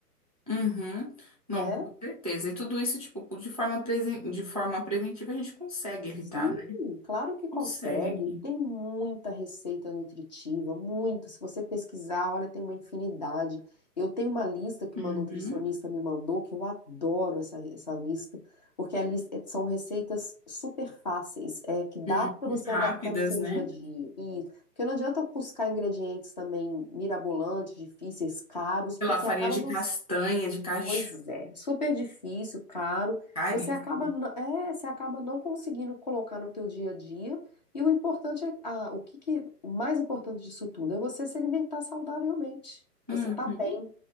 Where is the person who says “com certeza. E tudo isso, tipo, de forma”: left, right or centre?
Right